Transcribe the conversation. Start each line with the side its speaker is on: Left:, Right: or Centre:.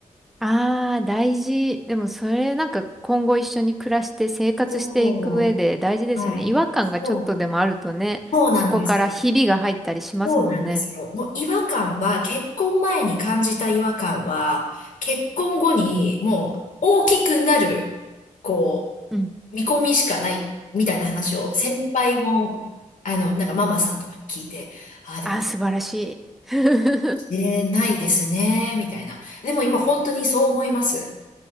Centre: ああ、大事。でもそれなんか今後一緒に暮らして生活していく上で大事ですよね。
Left: そう。はい。
Centre: 違和感がちょっとでもあるとね、
Left: そう。そうなんですよ。
Centre: そこからひびが入ったりしますもんね。
Left: そうなんですよ。もう違和感は、結婚前に感じた違和感は、結婚後にもう大きくなる、こ
Centre: うん。
Left: う、見込みしかないみたいな話を先輩の、あの、なんかママさんとかに聞いて、ああ、でも、
Centre: ああ、素晴らしい。<laughs>
Left: 入れないですね、みたいな。でも今本当にそう思います。